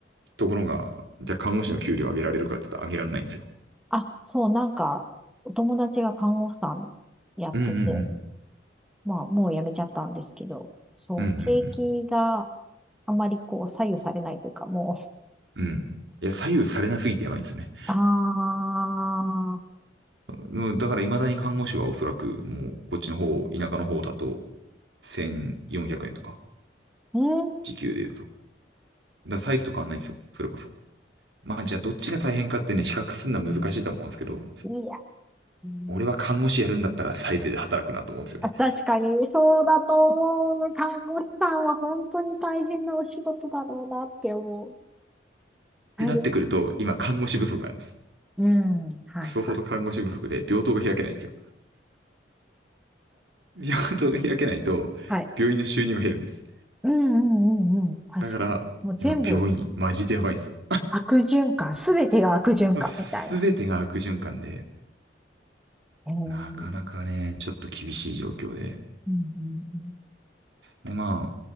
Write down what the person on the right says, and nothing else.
ところが、じゃあ看護師の給料上げられるかって言ったら上げられないんですよ。
うんうん
うんうんうん
うん。うん。いや、左右されなすぎてやばいんですよね。
うんだから未だに看護師はおそらくもうこっちの方、田舎の方だと1400円とか、
時給で言うと。だからサイズと変わんないんですよ。それこそ。まあじゃあどっちが大変かってね、比較するのは難しいと思うんですけど、
俺は看護師やるんだったらサイズで働くなと思うんですよね。
っ
てなってくると、今看護師不足なんです。
クソほど看護師不足で病棟が開けないんですよ。病棟が開けないと、
病院の収入が減るんです。
だから、
今、病院、マジでやばいんですよ。
すべてが悪循環で、
なかなかね、ちょっと厳しい状況で。
で、ま